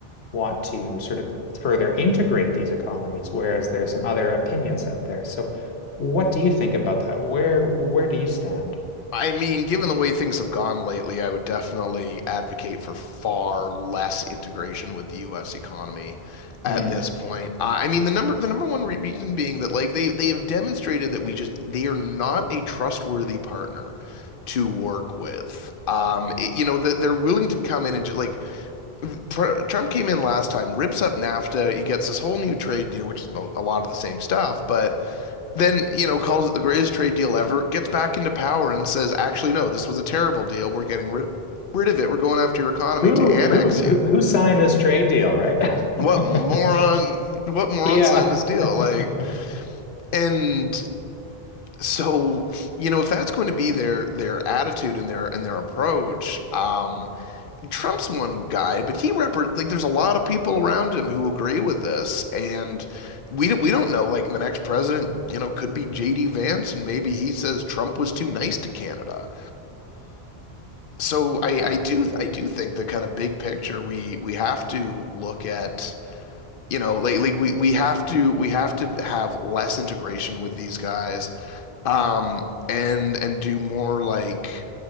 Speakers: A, on the left; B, on the left.
A: want to sort of further integrate these economies, whereas there are some other opinions out there. So, what do you think about that? Where where do you stand?
B: I mean, given the way things have gone lately, I would definitely advocate for far less integration with the US economy at
A: Hmm.
B: this point. I I mean, the number the number one re reason being that like they they have demonstrated that we just they are not a trustworthy partner to work with. Um, it- you know, that they're willing to come in and just like pr Trump came in last time, rips up NAFTA, he gets this whole new trade deal, which is mo a lot of the same stuff, but then you know calls it the greatest trade deal ever gets back into power and says actually no this was a terrible deal we're getting rid rid of it we're going after your economy
A: Who
B: to annex
A: who who
B: you
A: who signed this trade deal, right?
B: what
A: <laughs>
B: moron what moron
A: Yeah.
B: signed this deal
A: <laughs>
B: like and so you know if that's going to be their their attitude and their and their approach um Trump's one guy, but he repre like there's a lot of people around him who agree with this, and we don't we don't know. Like the next president, you know, could be JD Vance, and maybe he says Trump was too nice to Canada. So I
A: Yeah.
B: I do I do think that kind of big picture we we have to look at you know like like we we have to we have to have less integration with these guys um, and and do more like